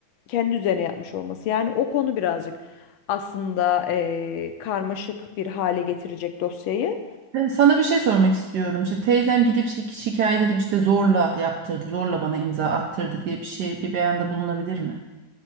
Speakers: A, on the left (about 75°); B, on the right (about 75°).
A: kendi üzerine yapmış olması. Yani o konu birazcık aslında eee, karmaşık bir hale getirecek dosyayı.
B: Ben sana bir şey sormak istiyorum. İşte teyzem gidip şi- şikayet edip işte zorla yaptırdı, zorla bana imza attırdı diye bir şey bir beyanda bulunabilir mi?